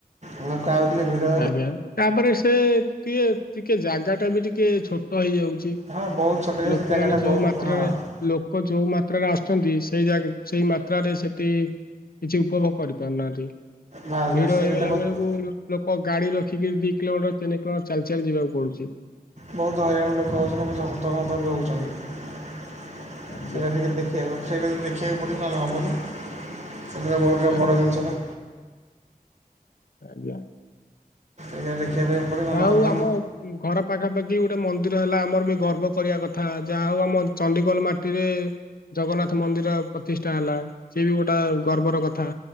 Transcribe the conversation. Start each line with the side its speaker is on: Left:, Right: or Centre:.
Right: ଆ ଲୋକେ ଆଉ ଟିକେ ଭିଡ
Left: ଆଜ୍ଞା ତାପରେ ସେ ଟିକେ ଟିକେ ଜାଗା ଟା ବି ଟିକେ ଛୋଟ ହେଇଯାଉଛି
Right: ହଁ ବହୁତ ଛୋଟାଗ
Left: ଲୋକମାନେ
Right: ସେ ଜାଗାଟା
Left: ଯୋଉ
Right: ବହୁତ
Left: ମାତ୍ରାରେ
Right: ହଁ
Left: ଲୋକ ଯୋଉ ମାତ୍ରାରେ ଆସୁଛନ୍ତି ସେଇ ସେଇ ମାତ୍ରାରେ ସେଠି କିଛି ଉପଭୋଗ କରିପାରୁନାହାନ୍ତି
Right: ବାସ୍ ବାସ୍
Left: ଭିଡ
Right: ସେଇ
Left: ହେଇଗଲା
Right: କଥା କହୁଛି
Left: ବେଳକୁ ଲୋକ ଗାଡି ରଖିକି ଦି କିଲୋମିଟର ତିନ କିଲୋମିଟର ଚାଲି ଚାଲି ଯିବାକୁ ପଡୁଛି
Right: ବହୁତ ହଇରାଣ ଲୋକ ହଉଛନ୍ତି ବହୁ ହନ୍ତତା ବି ହଉଛନ୍ତି
Left: ଆଜ୍ଞା
Right: ସେଟା ଟିକେ ସେ ସେଇଟା ଦେଖିବାକୁ ପଡ଼ିବ ଆେଲେ ହେବନି ସେମ ବହୁତ
Left: ଆଜ୍ଞା
Right: ବଡ଼ ଜିନିଷଟା
Left: ଆଜ୍ଞା
Right: ଏଇା ଦେଖିବା ପଡ଼ିବ ନହେଲେ
Left: ଯ ହଉ
Right: ହେବନି
Left: ଆମ ଘର ପାଖାପାଖି ଗୋଟେ ମନ୍ଦିର ହେଲା, ଆମର ବି ଗର୍ବ କରିବା କଥା, ଯାହା ହଉ, ଆମ ଚଣ୍ଡିଖୋଲ ମାଟିରେ ଜଗନ୍ନାଥ ମନ୍ଦିର ପ୍ରତିଷ୍ଠା ହେଲା, ସେ ବି ଗୋଟା ଗର୍ବର କଥା।